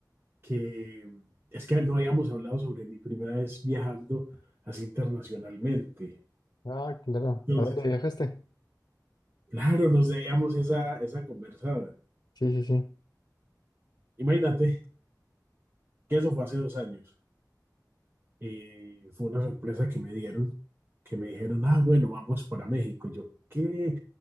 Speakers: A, on the right; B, on the left.
A: que mm, es que no habíamos hablado sobre mi primera vez viajando así internacionalmente.
B: Ah, claro.
A: Entonces,
B: ¿A dónde viajaste?
A: claro, nos debíamos esa, esa conversada.
B: Sí, sí, sí.
A: Imagínate que eso fue hace dos años. Eh, fue una sorpresa que me dieron, que me dijeron, ah, bueno, vamos para México. Y yo, ¿qué?